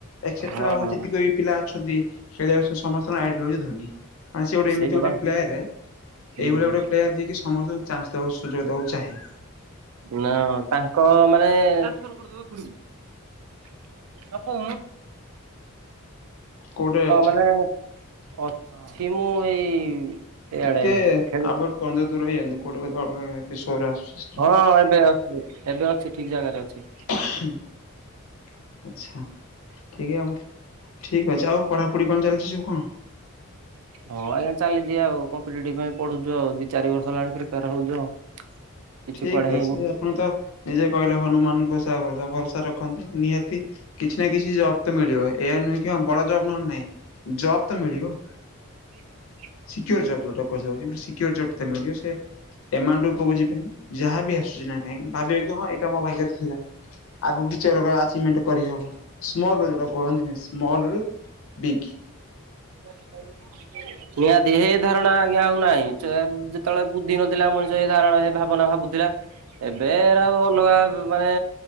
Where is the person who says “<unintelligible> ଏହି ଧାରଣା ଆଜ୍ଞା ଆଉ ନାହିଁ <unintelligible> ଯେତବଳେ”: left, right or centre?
Right